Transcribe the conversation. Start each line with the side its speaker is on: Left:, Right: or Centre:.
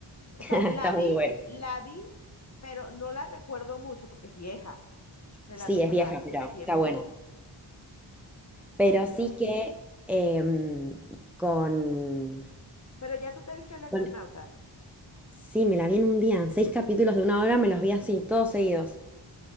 Left: O
Centre: <laughs>
Left: sea,
Centre: Está
Left: la vi,
Centre: muy bueno.
Left: la vi, pero no la recuerdo mucho porque es vieja. Relatos
Centre: Sí, es
Left: salvajes
Centre: vieja, pero
Left: tiene tiempo.
Centre: está buena. Pero
Left: Ujú.
Centre: sí que em, con,
Left: Pero ya tú te viste El Eternauta.
Centre: con... Sí, me la vi en un día. Seis capítulos de una hora me los vi así, todos seguidos.